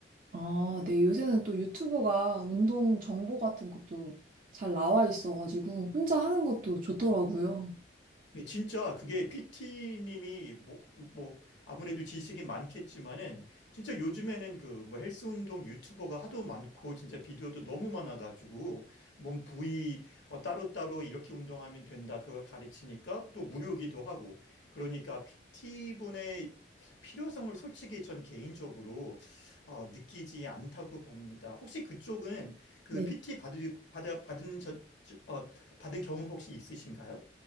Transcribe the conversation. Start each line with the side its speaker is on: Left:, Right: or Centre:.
Right: 아, 네, 요새는 또 유튜브가 운동 정보 같은 것도 잘 나와 있어가지고 혼자 하는 것도 좋더라고요.
Left: 예, 진짜 그게 PT님이 뭐, 뭐 아무래도 지식이 많겠지만은 진짜 요즘에는 그 뭐 헬스 운동 유튜버가 하도 많고 진짜 비디오도 너무 많아가지고 몸 부위 어, 따로따로 이렇게 운동하면 된다 그걸 가르치니까 또 무료기도 하고 그러니까 PT분의 필요성을 솔직히 전 개인적으로 어, 느끼지 않다고 봅니다. 혹시 그쪽은 그
Right: 네,
Left: PT 받으, 받아, 받은 저, 저- 어, 받은 경험 혹시 있으신가요?